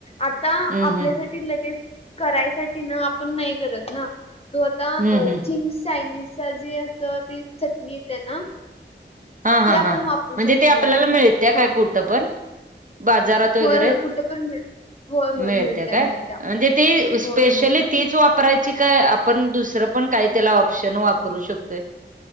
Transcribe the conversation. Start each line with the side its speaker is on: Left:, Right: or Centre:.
Left: आता
Right: हम्म
Left: आपल्यासाठी
Right: हम्म
Left: लगेच करायसाठी ना आपण नाही करत ना. तो आता
Right: हम्म हम्म
Left: चिंग्स चायनीजचा जे अस त चटणी येते ना
Right: हा हा
Left: ती आपण
Right: हां
Left: वापरू
Right: म्हणजे
Left: शकतो
Right: ते आपल्याला मिळते
Left: हा
Right: काय कुठं पण? बाजारात वगैरे?
Left: होय होय कुठं पण मिळ होय होय
Right: मिळते
Left: मिळत्या
Right: काय
Left: मिळत्या
Right: म्हणजे ती स्पेशली
Left: होय होय
Right: तीच वापरायची का आपण दुसरं पण काय त्याला ऑप्शन वापरू शकतोय?